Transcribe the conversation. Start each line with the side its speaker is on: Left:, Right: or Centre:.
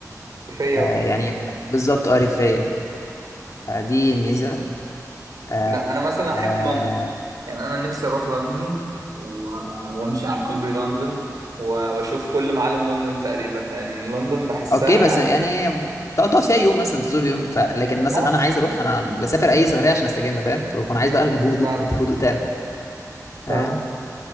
Right: فيا
Left: آه،
Right: وكده
Left: يعني بالظبط اريفية فدي الميزة آه،
Right: لا انا مثلا
Left: آه،
Right: احب لندن يعني انا نفسي اروح لندن و... وامشي على كوبري لندن و... واشوف كل معالم لندن تقريبا لان لندن بحسها
Left: اوكي بس يعني تقعد تقعد فيها يوم مثلا تزور يوم ف... لكن مثلا
Right: اه
Left: انا عايز اروح انا بسافر اي سفريه عشان استجم فاهم فبكون عايز بقى الهدوء
Right: فاهم
Left: هدوء تام فاهم
Right: فاهم